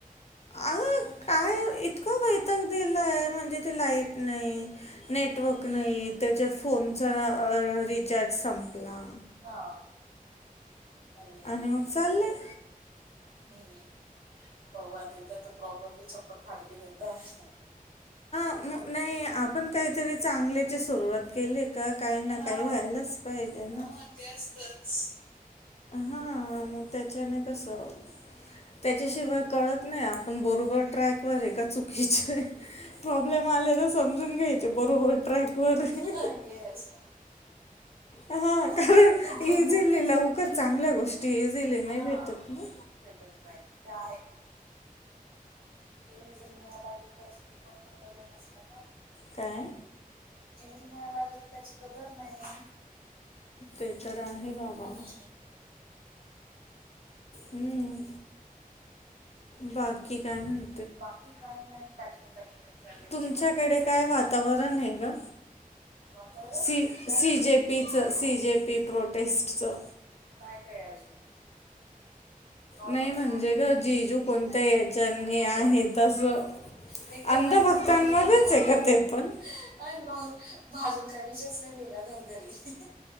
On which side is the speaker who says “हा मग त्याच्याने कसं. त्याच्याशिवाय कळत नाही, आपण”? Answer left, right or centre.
Left